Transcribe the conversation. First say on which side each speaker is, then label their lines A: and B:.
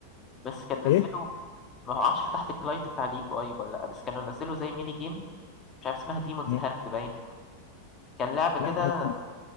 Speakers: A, on the left (about 25°); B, on the left (about 50°).
A: بس كان
B: ايه
A: نزله ما هو عارفش فتحت الكلاينت بتاع ليج قريب ولا لا بس كانوا نزلوا زي ميني جيم مش عارف اسمها ديمونز
B: نعم.
A: هات باين كان لعبه كده
B: لا بس